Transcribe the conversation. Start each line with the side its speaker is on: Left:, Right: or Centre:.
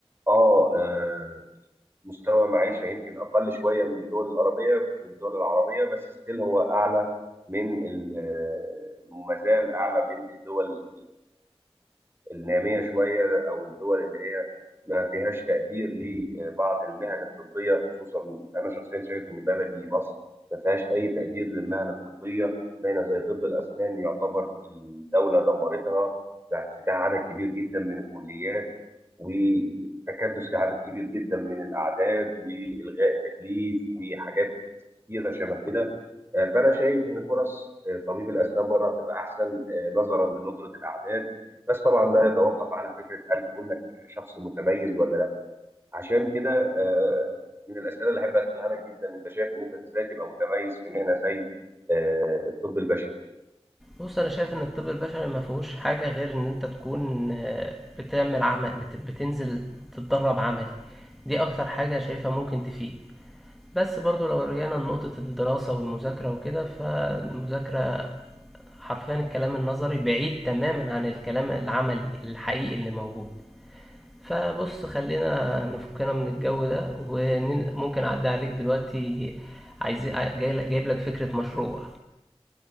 Right: اه آه، مستوى معيشة يمكن أقل شوية من الدول العربية الدول العربية بس ستيل هو أعلى من ال- آه، وما زال أعلى من الدول النامية شوية أو الدول اللي هي ما فيهاش تقدير لبعض المهن الطبية خصوصا أنا شخصيا شايف إن بلدي مصر ما فيهاش أي تقدير للمهن الطبية باينة زي طب الأسنان يعتبر الدولة دمرتها بافتتاح عدد كبير جدا من الكليات وتكدس لعدد كبير جدا من الأعداد وإلغاء التكليف وحاجات كتيره شبه كده آه، فانا شايف ان فرص آه، طبيب الاسنان بره هتبقى احسن آه، نظرا لندره الاعداد بس طبعا ده يتوقف على فكره هل كونك شخص متميز ولا لا عشان كده آه، من الاسئله اللي احب اسالها لك جدا انت شايف ان انت ازاي تبقى متميز في مهنه زي آه، الطب البشري
Centre: بص انا شايف ان الطب البشري ما فيهوش حاجه غير ان انت تكون آه، بتعمل عمل بت- بتنزل تتدرب عملي دي اكتر حاجه شايفها ممكن تفيد بس برضو لو رجعنا لنقطه الدراسه والمذاكره وكده فالمذاكره حرفيا الكلام النظري بعيد تماما عن الكلام العملي الحقيقي اللي موجود فبص خلينا نفكنا من الجو ده وممكن اعدي عليك دلوقتي عايز جاي- جايب لك فكره مشروع